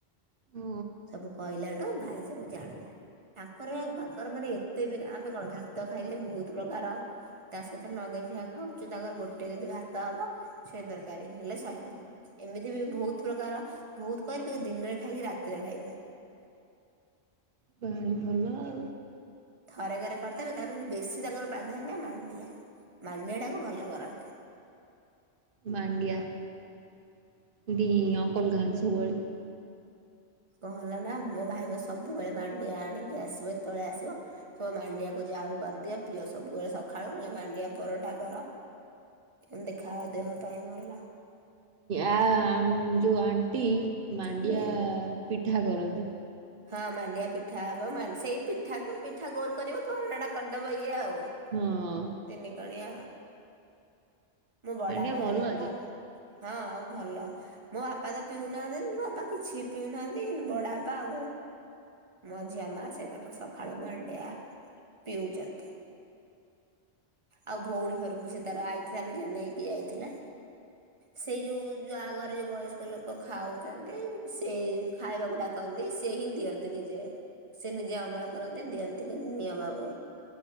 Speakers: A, on the right; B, on the right.
A: ଓ
B: ସବୁ କହିଲାଠୁ ଭାଇ ସବୁ ଜାଣିଲା। ତାଙ୍କର ତାଙ୍କର ମାନେ ଏତେବି ଆମେ କଣ ଭାତ ଖାଇଲେ ବହୁତ୍ ପ୍ରକାର ତା ସହିତ ନଗେଇ ଖୀଆ ଖାଉଛୁ ତାଙ୍କର ଗୋଟେ ଯଦି ଭାତ ହବ ଛୁଇଁ ତରକାରୀ ହେଲେ ସଇଲା। ଏମିତିବି ବହୁତ୍ ପ୍ରକାର ବହୁତ୍ କରିବେ ଦିନରେ ଖାଇକି ରାତିରେ ଖାଇବେ
A: ଭାଇ ଭଲ ଆଉ।
B: ଥରକରେ କରିଦେବେ ତାଙ୍କର କିନ୍ତୁ ବେଶୀ ତାଙ୍କର ପ୍ରାଧାନ୍ୟ ମାଣ୍ଡିଆ ମାଣ୍ଡିଆଟାକୁ ଭଲ କରନ୍ତି।
A: ମାଣ୍ଡିଆ ଏଠି ଅଙ୍କଲ ଖାଆନ୍ତି ସବୁବେଳେ।
B: କଣ ହେଲାନା ମୋଭାଇବା ସବୁବେଳେ ମାଣ୍ଡି ଆଣିକି ଆସିବ ଯେତେବେଳେ ଆସିବ କଇବ ମାଣ୍ଡିଆକୁ ଯାଉ କରିଦିଅ ପିଅ ସବୁବେଳେ ସକାଳୁ ନହେଲେ ମାଣ୍ଡିଆ ପରଟା କର ଏ ଦେଖାଅ ଦେହ ପାଇଁ ଭଲ।
A: ଆ ଆମ ଯୋଉ ଆଣ୍ଟି ମାଣ୍ଡିଆ
B: ହୁଁ।
A: ପିଠା କରନ୍ତି।
B: ହଁ ମାଣ୍ତିଆ ପି ପିଠା ହବ ମା ସେଇ ପିଠାତ ପିଠା ଗୋଲ କରିବ ପରଟା କରିଦବ ଇଏ ଆଉ।
A: ହଁ।
B: ତିନିିକଣିଆ ମୋ ବାଡ଼ବାପା
A: ମାଣ୍ଡିଆ ଭଲ
B: ହରିକା ମୋ
A: ଯେ
B: ହଁ ଆଉ ଭଲ ମୋ ବାପାତ ପିଉନାହାନ୍ତି ମୋ ବାପା କିଛିବି ପିଉନାହାଁନ୍ତି କିନ୍ତୁ ବାଡ଼ବା ପାଆଉ ମଝିଆ ମା ସେତାଙ୍କର ସକାଳୁ ମାଣ୍ଡିଆ ପିଉଛନ୍ତି। ଆଉ ଭଉଣୀ ଘରକୁବି ସେତାର ଆଇଥିଲା ନିଯେ ନେଇକି ଆଇଥିଲା। ସେଇ ଯୋଉ ଯୋଉ ଆଘରେ ଯୋଉ ବୟସ୍କ ଲୋକ ଖାଉଚନ୍ତି ସେଇଯଉ ଖାଇବାକୁ ଡା କନ୍ତି ସେହିଁ ଦିଅନ୍ତି ନିଜେ ସେନିଜେ ଅମଳ କରନ୍ତି ଦିଅନ୍ତି କିନ୍ତୁ ନିଆମାକୁ